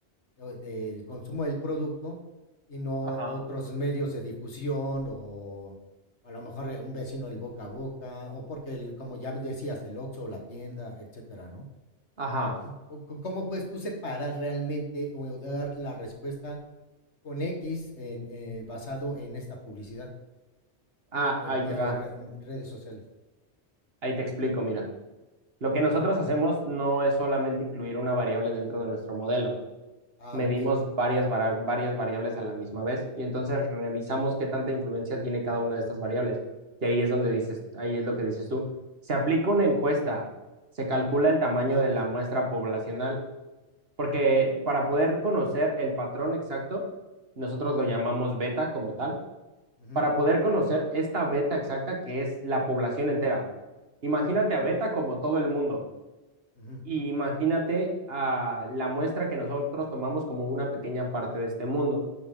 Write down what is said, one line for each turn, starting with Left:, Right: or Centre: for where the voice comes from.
Left: o del consumo del producto y no
Right: Ajá.
Left: otros medios de difusión o a lo mejor eh, un vecino el boca a boca o porque, el- como ya me decías, el Oxxo o la tienda, etcétera, ¿no? O
Right: ajá,
Left: sea, c- c- c- ¿cómo puedes tú separar realmente o dar la respuesta con X en, eh, basado en esta publicidad
Right: ah,
Left: de
Right: ahí te
Left: medio
Right: va,
Left: re- redes sociales?
Right: ahí te explico, mira. Lo que nosotros hacemos no es solamente incluir una variable dentro de nuestro modelo.
Left: Ah,
Right: Medimos
Left: ok.
Right: varias, vara- varias variables a la misma vez y entonces revisamos qué tanta influencia tiene cada una de estas variables. Y ahí es donde dices, ahí es lo que dices tú. Se aplica una encuesta, se calcula el tamaño
Left: Ah,
Right: de
Left: ok.
Right: la muestra poblacional Porque para poder conocer el patrón exacto, nosotros lo llamamos beta como tal,
Left: Ujú,
Right: para poder conocer esta beta exacta que es la población entera. Imagínate a beta como todo el mundo
Left: ujú,
Right: y imagínate a la muestra que nosotros tomamos como una pequeña parte de este mundo.